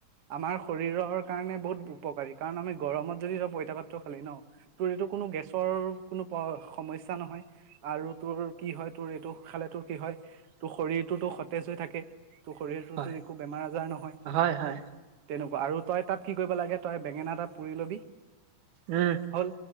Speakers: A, on the right; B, on the right.
A: আমাৰ শৰীৰৰ কাৰণে বহুত উপকাৰী। কাৰণ আমি গৰমত যদি পইতা ভাত খালি ন তোৰ এইটো কোনো গেছৰ কোনো প সমস্যা ইচ্ছা নহয়। আৰু তোৰ কি হয় তোৰ এইটো খালে তোৰ কি হয় তোৰ শৰীৰটোতো সতেজ হৈ থাকে। ত শৰীৰটোতো
B: হয়
A: একো বেমাৰ আজাৰ নহয়।
B: হয় হয়
A: তেনেকুৱা আৰু তই তাত কি কৰিব লাগে তই বেঙেনা এটা পুৰি ল'বি।
B: উম
A: হ'ল